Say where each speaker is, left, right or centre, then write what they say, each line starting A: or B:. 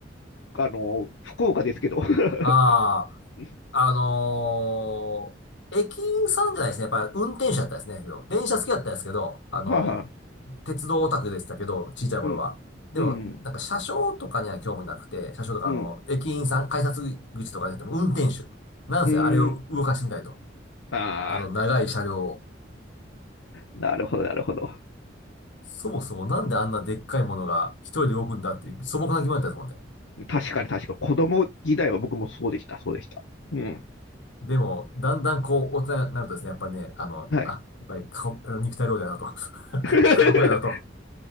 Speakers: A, on the left; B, on the left.
A: あの、福岡ですけど。<laughs> は
B: あ
A: い
B: あ、あのー駅員さんじゃないですね。やっぱ、運転手だったですね。けど、電車好きだったんですけど、あの
A: は
B: 鉄道オタクでしたけど、小さい頃は。
A: い。うん、
B: でも、
A: うん、
B: なんか車掌とかには興味なくて、車掌とかあの、
A: うん、
B: 駅員さん、改札口とかじゃなくても運転手。なんせあれを動かしてみたいと。
A: うん。ああ、
B: あの、長い車両を。
A: なるほど、なるほど。
B: そもそもなんであんなでっかいものが一人で動くんだっていう素朴な疑問だったですもんね。
A: 確かに確かに、子供時代は僕もそうでした、そうでした。うん。
B: でも、だんだんこう、大人になるとですね、やっぱりね、あの、
A: はい。
B: あ、やっぱり過酷肉体労働やなと。<laughs>
A: <laughs>
B: 過酷やなと。